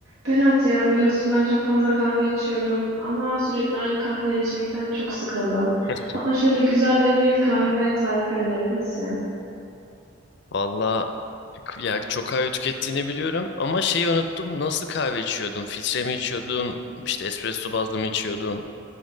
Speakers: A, on the right; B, on the left.
A: Berat ya biliyorsun ben çok fazla kahve içiyorum ama sürekli aynı kahveleri içmekten çok sıkıldım.
B: <laughs>
A: Bana şöyle güzel bir kahve tarifi önerir misin?
B: Valla ya çok kahve tükettiğini biliyorum ama şeyi unuttum. Nasıl kahve içiyordun? Filtre mi içiyordun? İşte espresso bazlı mı içiyordun?